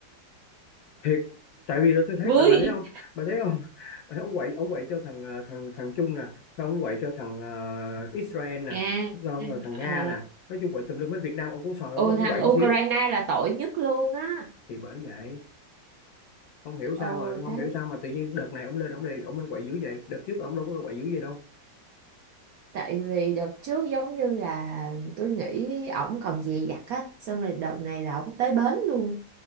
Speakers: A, on the left; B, on the right.
A: thiệt tại vì là tôi thấy
B: vui
A: bà, bà thấy không bà thấy không <laughs> bà thấy ổng quậy ổng quậy cho thằng ờ, thằng thằng Trung nè xong ổng quậy cho thằng ờ, Israel nè
B: Nga
A: xong rồi thằng Nga
B: ờ,
A: nè nói chung quậy tùm lum bên Việt Nam ổng cũng sòi ổng
B: ô
A: ổng
B: thằng
A: quậy
B: Ukraine
A: xíu
B: là tội nhất luôn á
A: thì bởi vậy không hiểu sao
B: ờ
A: mà không
B: thế
A: hiểu sao mà tự nhiên đợt này ổng lên ổng lên ổng lên quậy dữ vậy đợt trước ổng đâu có quậy dữ vậy đâu
B: tại vì đợt trước giống như là tôi nghĩ ổng còn dè dặt á xong rồi đợt này là ổng tới bến luôn